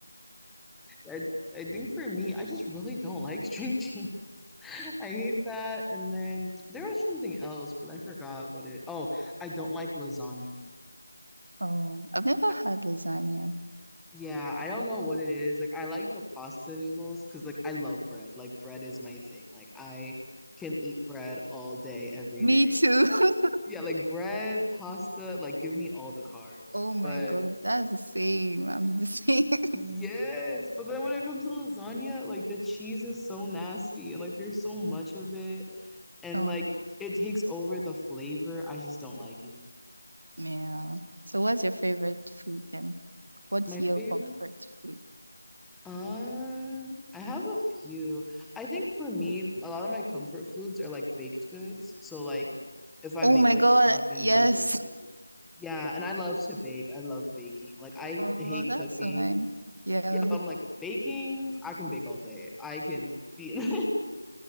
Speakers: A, in the centre; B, on the right.
A: I, I think for me, I just really don't like string cheese. <laughs> I hate that. And then there was something else, but I forgot what it. Oh, I don't like lasagna.
B: Oh, I've never
A: I,
B: had lasagna.
A: yeah, I don't know what it is. Like I like the pasta noodles because like I love bread. Like bread is my thing. Like I can eat bread all day, every
B: Me
A: day.
B: too. <laughs>
A: Yeah, like bread, pasta, like give me all the carbs.
B: Oh my
A: But
B: God, that's the same. I'm the same. <laughs>
A: Yes, but then when it comes to lasagna, like the cheese is so nasty and like there's so much of it and
B: Oh.
A: like it takes over the flavor. I just don't like it.
B: Yeah. So what's your favorite food then? What's
A: My
B: your
A: favorite
B: comfort food?
A: Um, I have a few. I think for me, a lot of my comfort foods are like baked goods. So like if I
B: Oh
A: make
B: my
A: like
B: God,
A: muffins
B: yes.
A: or bread. Yeah, and I love to bake. I love baking. Like I
B: Oh,
A: hate
B: that's
A: cooking.
B: so nice. Yeah.
A: Yeah, but I'm like baking, I can bake all day. I can be <laughs>